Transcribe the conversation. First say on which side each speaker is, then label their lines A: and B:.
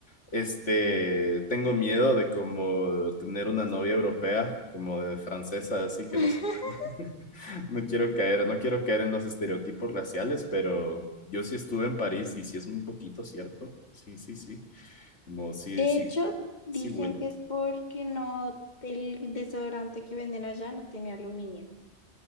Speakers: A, on the left (about 85°); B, on the left (about 40°).
A: este, tengo miedo de como tener una novia europea, como de francesa, así que
B: <laughs>
A: no se bañe. No quiero caer, no quiero caer en los estereotipos raciales, pero yo sí estuve en París y sí es un poquito cierto. Sí, sí, sí. Como sí,
B: De
A: sí,
B: hecho, dicen
A: sí huele.
B: que es porque no, el desodorante que venden allá no tiene aluminio.